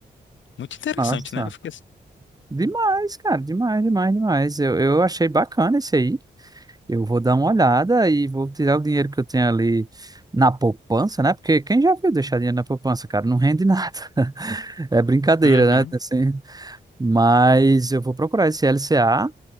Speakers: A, on the left; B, on the right.
A: Muito interessante,
B: Nossa.
A: né? Eu fiquei assim.
B: Demais, cara, demais, demais, demais. Eu, eu achei bacana isso aí. Eu vou dar uma olhada e vou tirar o dinheiro que eu tenho ali na poupança, né? Porque quem já viu deixar dinheiro na poupança, cara, não rende nada. <laughs> É brincadeira,
A: "Uhum."
B: né? Assim, mas eu vou procurar esse LCA,